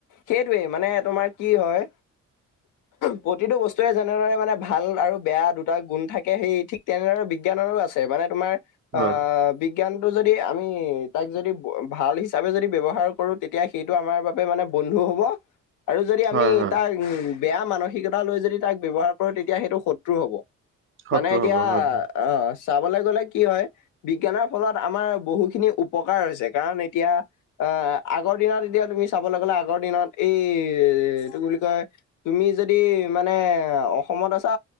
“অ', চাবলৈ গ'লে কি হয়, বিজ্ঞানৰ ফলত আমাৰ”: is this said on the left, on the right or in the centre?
Left